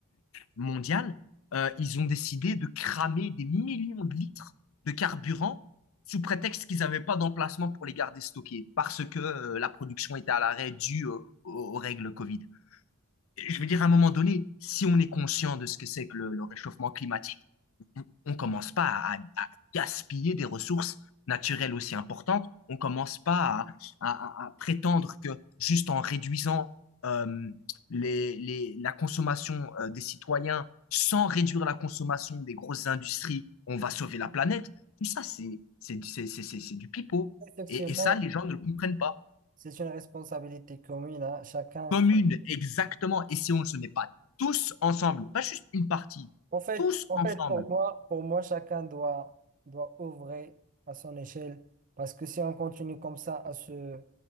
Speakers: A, on the left; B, on the right.
A: mondiales, euh, ils ont décidé de cramer des millions de litres de carburant sous prétexte qu'ils n'avaient pas d'emplacement pour les garder stockés, parce que euh, la production était à l'arrêt due euh, aux aux règles Covid. Je veux dire, à un moment donné, si on est conscient de ce que c'est que le, le réchauffement climatique, on commence pas à, à gaspiller des ressources naturelles aussi importantes. On commence pas à, à- à prétendre que juste en réduisant euh, les, les- la consommation euh, des citoyens, sans réduire la consommation des grosses industries, on va sauver la planète. Tout ça, c'est c'est c'est- c'est- c'est- c'est du pipeau.
B: Effectivement,
A: Et, et ça, les gens ne le comprennent pas.
B: c'est une responsabilité commune. hein. Chacun.
A: Commune, exactement. Et si on ne se met pas tous ensemble, pas juste une partie,
B: En fait,
A: tous
B: en
A: ensemble,
B: fait, pour moi, pour moi, chacun doit, doit œuvrer à son échelle parce que si on continue comme ça à se,